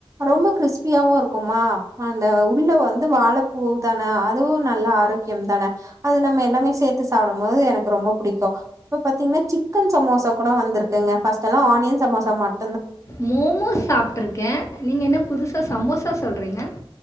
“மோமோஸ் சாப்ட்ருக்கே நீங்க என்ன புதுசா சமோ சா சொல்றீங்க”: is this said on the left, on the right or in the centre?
Left